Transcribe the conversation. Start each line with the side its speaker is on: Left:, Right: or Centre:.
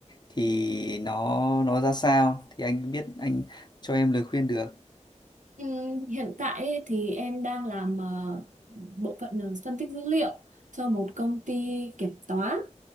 Left: thì nó nó ra sao thì anh biết anh cho em lời khuyên được.
Right: Ừm, hiện tại ấy, thì em đang làm ờ, bộ phận ờ, phân tích dữ liệu cho một công ty kiểm toán